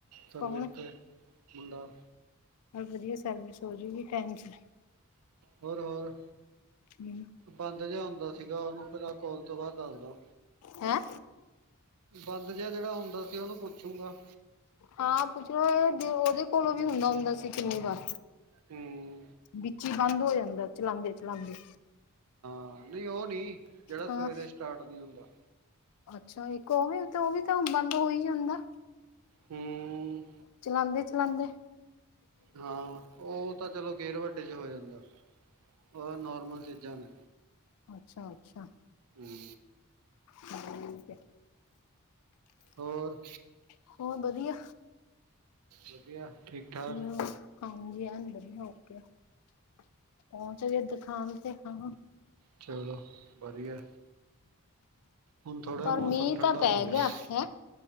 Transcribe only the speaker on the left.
ਕੌਣ
ਹੋਰ ਵਧੀਆ, ਸਰਵਿਸ ਹੋਜੂਗੀ ਟਾਈਮ ਸਿਰ।
ਹੂੰ।
ਹੈਂ।
ਹਾਂ, ਪੁੱਛ ਲੋ ਓਹ ਦੇ ਓਦੇ ਕੋਲੋਂ ਵੀ ਹੁੰਦਾ- ਹੁੰਦਾ ਸੀ ਕਿੰਨੀ ਦਾ।
ਵਿੱਚ ਹੀ ਬੰਦ ਹੋ ਜਾਂਦਾ ਚਲਾਉਦੇ-ਚਲਾਉਦੇ।
ਹਾਂ
ਅੱਛਾ, ਇੱਕ ਉਹ ਵੀ ਤੇ ਉਹ ਵੀ ਤਾਂ ਬੰਦ ਹੋ ਹੀ ਜਾਂਦਾ।
ਚਲਾਉਂਦੇ-ਚਲਾਉਂਦੇ।
ਅੱਛਾ-ਅੱਛਾ-ਅੱਛਾ
ਠੀਕ ਏ।
ਹੋਰ ਵਧੀਆ,
ਹੂੰ। ਹਾਂਜੀ ਐਣ ਵਧੀਆ ਓਕੇ, ਪਹੁੰਚ ਗਏ ਦੁਕਾਨ ਤੇ ਹਾਂ।
ਪਰ
ਮੀਂਹ
ਤਾਂ ਪੈ
ਹੈਂ